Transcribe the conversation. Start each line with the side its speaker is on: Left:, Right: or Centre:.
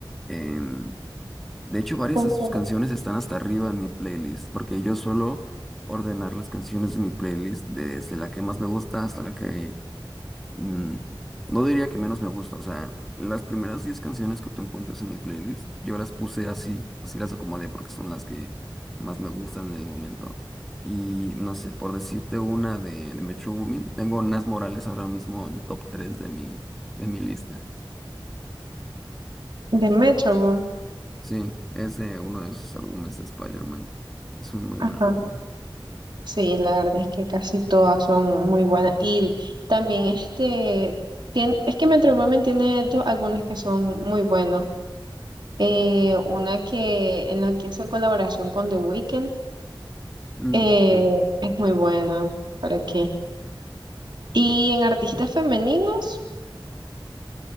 Centre: em, de hecho varias
Right: Justo.
Centre: de sus canciones están hasta arriba en mi playlist, porque yo suelo ordenar las canciones de mi playlist desde la que más me gusta hasta la que mm, no diría que menos me gusta, o sea, las primeras 10 canciones que tú encuentras en mi playlist, yo las puse así, así las acomodé porque son las que más me gustan en el momento. Y no sé, por decirte una de, de Metro Womin, tengo Nas Morales ahora mismo en top tres de mi, de mi lista.
Right: De Metro
Centre: Sí, es de uno de sus álbumes de Spider-Man. Es un muy
Right: Ajá.
Centre: buen álbum.
Right: Sí, la verdad es que casi todas son muy buenas. Y también este, tiene, es que Metro Boomin tiene dos álbumes que son muy buenos. Eh, una que en la que hizo colaboración con The Weeknd
Centre: Mm,
Right: Eh,
Centre: sí.
Right: es muy buena, ¿para qué? Y en artistas femeninos,